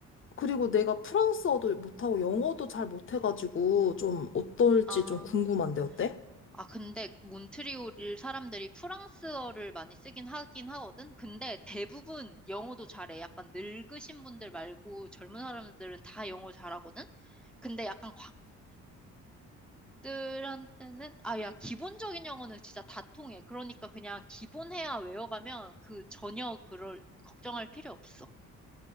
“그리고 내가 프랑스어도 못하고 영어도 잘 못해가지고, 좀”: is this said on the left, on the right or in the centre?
Left